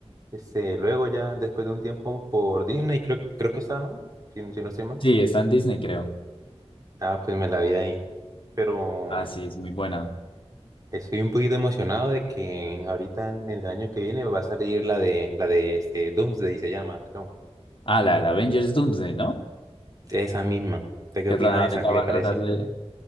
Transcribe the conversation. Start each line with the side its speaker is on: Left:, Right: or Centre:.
Right: Este, luego ya después de un tiempo por Disney, creo, creo que está, ¿no? Si, si no estoy mal.
Left: Sí, está en Disney, creo.
Right: Ah, pues me la vi ahí. Pero
Left: Ah, sí, es muy buena.
Right: estoy un poquito emocionado de que ahorita en el año que viene va a salir la de la de este Doomsday se llama, creo.
Left: Ah, la, la Avengers Doomsday, ¿no?
Right: Esa misma. ¿Usted qué
Left: Que
Right: opina
Left: tra-
Right: de
Left: ahorita
Right: esa? ¿Qué
Left: va
Right: le parece?
Left: a tratar de...